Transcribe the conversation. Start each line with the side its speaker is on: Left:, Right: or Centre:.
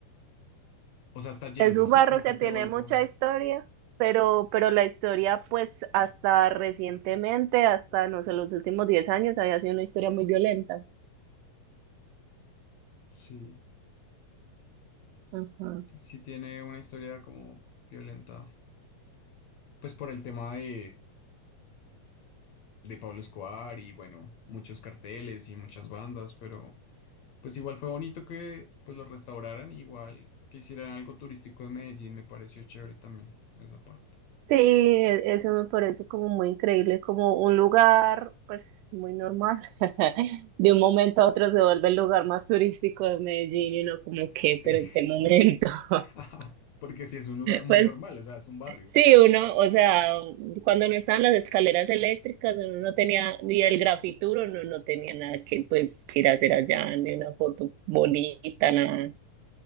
Left: o sea, está yendo,
Right: es un
Left: sí,
Right: barrio
Left: como
Right: que
Left: que se
Right: tiene
Left: ha vuelto
Right: mucha
Left: muy,
Right: historia, pero, pero la historia, pues hasta recientemente, hasta no sé, los últimos 10 años, había sido una historia muy violenta.
Left: sí,
Right: Ajá.
Left: sí tiene una historia como violenta, pues por el tema de, de Pablo Escobar y bueno, muchos carteles y muchas bandas, pero pues igual fue bonito que pues los restauraran, igual que hicieran algo turístico en Medellín, me pareció chévere también esa parte.
Right: Sí, e- eso me parece como muy increíble, como un lugar, pues muy normal. <laughs> De un momento a otro se vuelve el lugar más turístico de Medellín y uno como
Left: Sí,
Right: que, pero ¿en qué momento? <laughs>
Left: <laughs> porque sí es un lugar muy
Right: Pues
Left: normal, o sea, es un barrio,
Right: sí, uno, o sea, cuando no estaban las escaleras eléctricas, uno no tenía, ni el grafituro, uno no tenía nada que pues ir a hacer allá, ni una foto bonita, nada.